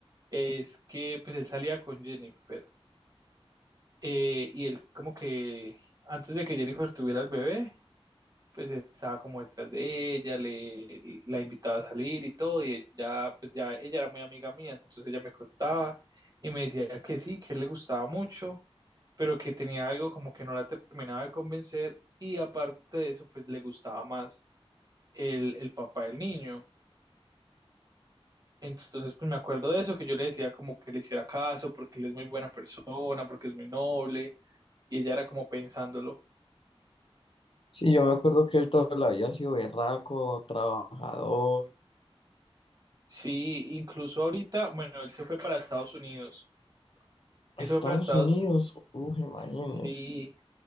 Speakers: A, on the right; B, on the left.
A: es que pues él salía con Jennifer. eh, y él como que antes de que Jennifer tuviera el bebé, pues estaba como detrás de ella, le, la invitaba a salir y todo, y ella, pues ya ella era muy amiga mía, entonces ella me contaba y me decía que sí, que le gustaba mucho, pero que tenía algo como que no la terminaba de convencer y aparte de eso, pues le gustaba más el, el papá del niño. Entonces, pues me acuerdo de eso, que yo le decía como que le hiciera caso, porque él es muy buena persona, porque es muy noble, y ella era como pensándolo.
B: Sí, yo me acuerdo que él toda la vida ha sido berraco, trabajador.
A: Sí, incluso ahorita, bueno, él se fue para Estados Unidos. Él
B: Estados
A: se fue para Estados
B: Unidos, uff, imagínese.
A: Sí,